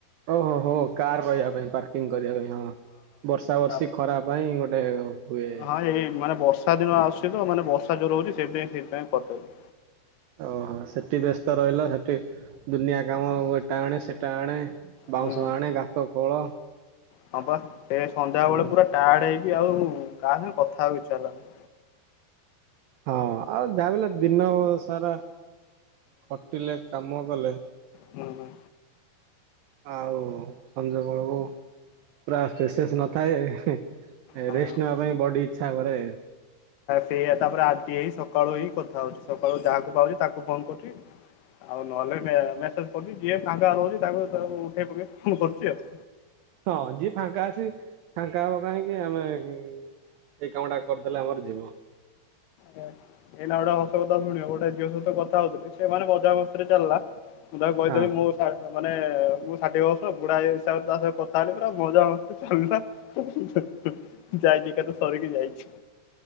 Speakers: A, on the right; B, on the left.
A: ଓହୋ ହୋ କାର୍ ରହିବା ପାଇଁ ପାର୍ ଗୀକରିବା ପାଇଁ ହଁ ବର୍ଷା ବର୍ଷି
B: ହଁ
A: ଖରା ପାଇଁ ଗୋଟେ ହୁଏ।
B: ହଁ ଏଇ ମାନେ ବର୍ଷା ଦିନ ଆସୁଛି ତ ମାନେ ବର୍ଷା ଜୋର ହହୁଛି ସେଇଥିପାଇଁ ସେଇଥିପାଇଁ କରିଥା ହଉଛି।
A: ଓହୋ ସେଠି ବ୍ୟସ୍ତ ରହିଲ ସେଠି ଦୁନିଆ କାମ ଏଟା ଆଣେ ସେଟା ଆଣେ ବାଉଁଶ
B: ହୁଁ
A: ଆଣେ ଗାତ ଖୋଳ।
B: ହଁ ବା ସେ ସନ୍ଧ୍ୟା
A: ହୁଁ
B: ବେଳେ ପୁରା ଟାୟାର୍ଡ ହେଇ ଏ ମିତୀ ଆଉ କସଗେ କଥା ହେବାକୁ ଇଚ୍ଛା ହେଲାନାହିଁ।
A: ହଁ ଆଉ ଯା ହେଲେ ଦିନ ସାରା ଖଟିଲେ କାମ କଲେ
B: ହୁ ହୁ।
A: ଆଉ ସଞ୍ଜ ବଳକୁ ପୁରା ପେସେନ୍ସ ନଥାଏ।
B: ହଁ
A: ରେଷ୍ଟ ନବା ପାଇଁ ବଡି ଇଚ୍ଛା କରେ।
B: ସେଇଆ ତାପରେ ଆଜି ଏଇ ସକାଳୁ ହି କଥା ହଉଚଛି ସକାଳୁ ଯାହାକୁ ପାଉଛି ତାକୁ ଫୋନ କରୁଛି। ଆଉ ନହେଲେ ମେସେଜ କରୁଛି ଯିଏ ତାଙ୍କରେ ରହୁଛି ତାଙ୍କୁ ଉଠେଇ ପକଇ ଫୋନ କରୁଛି ଆଉ।
A: ହଁ ଯିଏ ଫାଙ୍କା ଅଛି ଫାଙ୍କା ହବ କାହିଁକି ଆମେ ଏଇ କାମ ଟା କରିଦେଲେ ଆମର ଯିବ।
B: ହେଇଲା ଗୋଟେ ହସ କଥା ଶୁଣିବ ଗୋଟେ ଝିଅ ସହିତ କଥା ହଉଥିଲି ସେମାନେ ମଜା ମସ୍ତିରେ ଚାଲିଲା ମୁଁ ତାକୁ କହିଥିଲି
A: ହଁ।
B: ମୁଁ ସାଢେ଼ ମାନେ ମୁଁ ଷାଠିଏ ବର୍ଷ ବୁଢା଼ ଏ ହିସାବରେ ତା ସହ କଥା ହେଲି ପୁରା ମଜା ମସ୍ତି ଚାଲିଲା। ହୁ ହୁ ଯାଇଁ କିଏକାଥରେ ସାରିକି ଯାଇଛି।